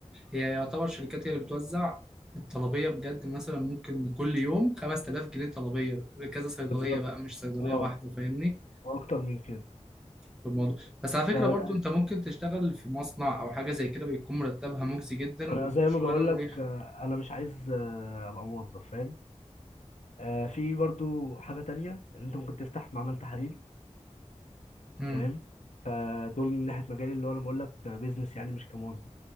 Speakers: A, in the centre; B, on the left (about 75°).
A: هي يعتبر شركات هي اللي بتوزع الطلبية بجد مثلا ممكن كل يوم 5000 جنيه طلبية كذا صيدلية
B: بالظبط
A: بقى مش صيدلية
B: اه
A: واحدة فاهمني
B: واكتر من كده
A: في الموضوع بس على فكرة
B: فده
A: برضو أنت ممكن تشتغل في مصنع أو حاجة زي كده بيكون مرتبها مجزي جدا
B: ما
A: وبيكون
B: انا زي
A: شغلانة
B: ما بقول
A: مريحة
B: لك آه، انا مش عايز آه، ابقى موظف فاهم آه، في برضو حاجه تانية ان انت ممكن تفتح معمل تحاليل
A: امم
B: فاهم فدول من ناحيه مجالي اللي هو انا بقول لك بيزنس يعني مش كموظف